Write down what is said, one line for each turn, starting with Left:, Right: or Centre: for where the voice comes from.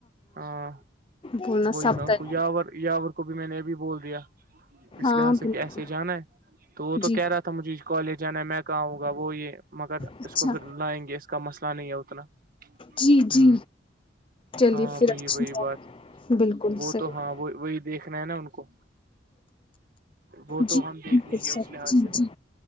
Right: ہاں
Left: بولنا
Right: وہی
Left: سب
Right: میں ان
Left: تیار
Right: کو یاور یاور کو بھی میں نے ابھی بول دیا اس
Left: ہاں
Right: لحظ سے
Left: بالکل
Right: کہ ایسے جانا ہے تو وہ تو
Left: جی
Right: کہہ رہا تھا مجھے کالج جانا ہے میں کہاوں گا وہ یہ مگر
Left: اچھا
Right: اس کو پھر لائیں گے کا مسئلہ نہیں ہے اتنا
Left: جی
Right: ہ
Left: جی چلیے
Right: ہاں
Left: پھر
Right: وہی
Left: اچھی
Right: وہی بات
Left: بالکل
Right: وہ
Left: صحیح
Right: تو ہاں وہ وہی دیکھنا ہے نا ان کو وہ تو
Left: جی
Right: ہم دیکھ
Left: بالکل
Right: لیں گے اس
Left: صحیح
Right: لحاظ سے
Left: جی جی